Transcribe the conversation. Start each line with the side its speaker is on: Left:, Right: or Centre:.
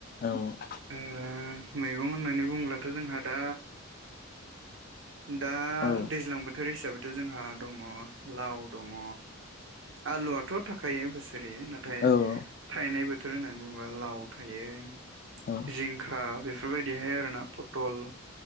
Left: औ।
Right: ओ मैगं होननानै बुंब्लाथ' जोंहा दा दा
Left: औ
Right: दैज्लां बोथोर हिसाबैथ' जोंहा दंङ लाव दंङ आलुआथ' थाखायो बोसोरै नाथाय
Left: औ
Right: थायनाय बो थोर होननानै बुंङोब्ला लाव थायो
Left: औ
Right: जिंखा बेफोरबायदिहाय आरोना पटल